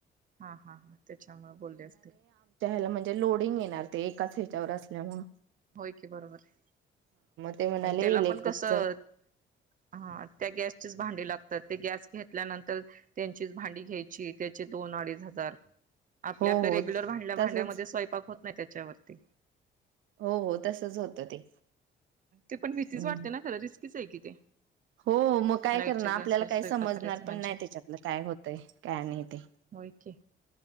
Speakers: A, on the right; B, on the right.
A: हा हा हा त्याच्यामुळे बोलले असते
B: ला म्हणजे लोडिंग येणार ते एकाच हच्यावर असल्यामुळे
A: होय की बरोबर आहे
B: ते म्हणाले
A: आणि त्याला
B: इलेक्ट्रिकच
A: पण कसं हा त्या गॅसचीच भांडी लागतात ते गॅस घेतल्यानंतर त्यांचीच भांडी घ्यायची त्याचे दोन अडीच हजार आपापल्या
B: हो हो
A: रेगुलर भांड्यामध्ये
B: तसच
A: स्वयंपाक होत नाही त्याच्यावरती
B: हो हो तसच होतं ते
A: ते पण भीतीच
B: हम्म
A: वाटते ना खं रिस्कीच आहे कि ते
B: हो मग काय
A: लाईटच्या
B: करणार
A: गॅसवर
B: आपल्याला
A: स्वयंपाक
B: काही समजणार
A: करायचं म्हणजे
B: पण नाही त्याच्यातलं काय होतय काय नाही ते
A: होके